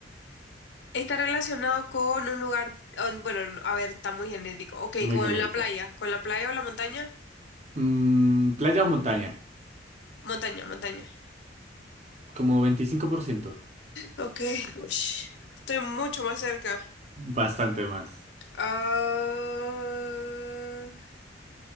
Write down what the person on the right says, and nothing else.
Muy
genérica.
Mm, playa o montaña,
como veinticinco por ciento,
Bastante más.